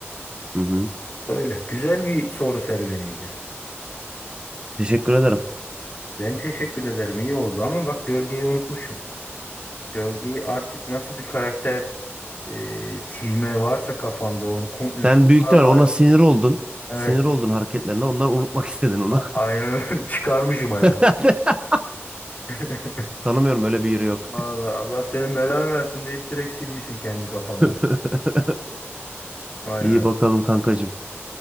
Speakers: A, on the right; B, on the left.
A: Hı hı.
B: Öyle. Güzel bir soru serüveniydi.
A: Teşekkür ederim.
B: Ben teşekkür ederim. iyi oldu ama bak gölgeyi unutmuşum. Gölgeyi artık nasıl bir karakter e, silme varsa kafamda onu komple
A: Sen
B: Kurtlar
A: büyük ihtimal
B: Vadisi.
A: ona sinir oldun.
B: Evet.
A: Sinir oldun hareketlerine. Ondan unutmak istedin onu.
B: a- Aynen öyle. <laughs> çıkarmışım hayatım.
A: <laughs>
B: <laughs>
A: Tanımıyorum öyle bir yeri yok.
B: Vallahi Allah senin belanı versin deyip direkt silmişim kendi kafamdan.
A: <laughs>
B: Vay
A: İyi bakalım
B: be.
A: kankacığım.